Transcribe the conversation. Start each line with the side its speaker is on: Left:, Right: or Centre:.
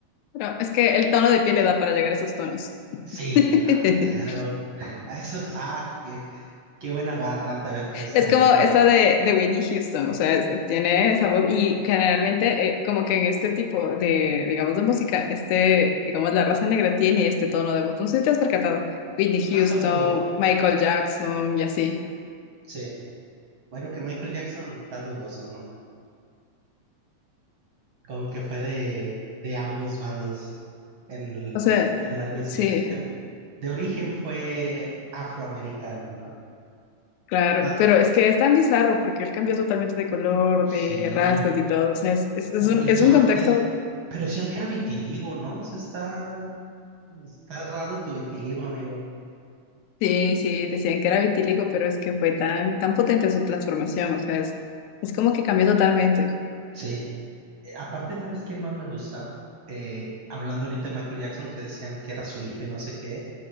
Left: pero es que el tono de piel le da para llegar a esos tonos.
Right: Sí,
Left: <laughs>
Right: cla- claro. <laughs> Ah, Eso está. ah, qué, qué buena barra te aventaste
Left: Es
Right: ahí.
Left: como esta de, de Whitney Houston, o sea, es- tiene esa voz y generalmente eh, como que en este tipo de, digamos, de música, este, digamos, la raza negra tiene este tono de voz. No sé si te has percatado, Whitney
Right: Sí, más
Left: Houston,
Right: agudo.
Left: Michael Jackson y así.
Right: Sí. Bueno, que Michael Jackson está dudoso, ¿no? como que fue de, de ambos bandos en el-
Left: O sea,
Right: a lo largo de su
Left: sí,
Right: vida. Pero de origen fue afroamericano, ¿no?
Left: claro,
Right: Ah,
Left: pero es que es tan bizarro porque él cambió totalmente de color,
Right: sí,
Left: de rasgos y todo, o sea, es, es- es
Right: pero
Left: un,
Right: le echaban,
Left: es un contexto,
Right: de- pero decían que era vitiligo, ¿no? O sea, está, está raro tu vitiligo, amigo.
Left: sí, sí, decían que era vitíligo, pero es que fue tan, tan potente su transformación, o sea, es, es como que cambió totalmente.
Right: Sí, Eh, aparte, ¿sabes quién más me gusta? Eh, hablando ahorita de Michael Jackson, que decían que era su hijo y no sé qué,